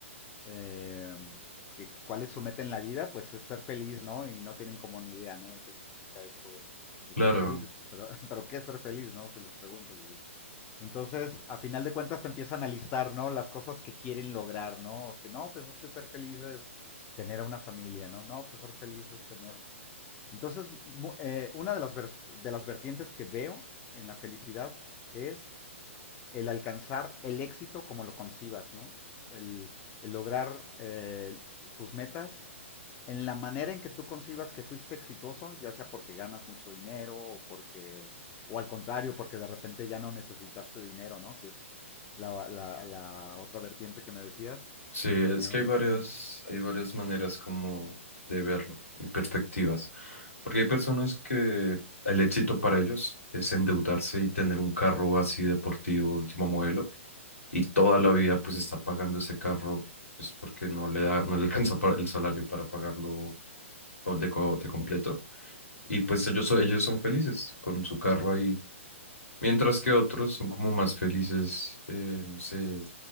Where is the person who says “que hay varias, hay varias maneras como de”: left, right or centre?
Left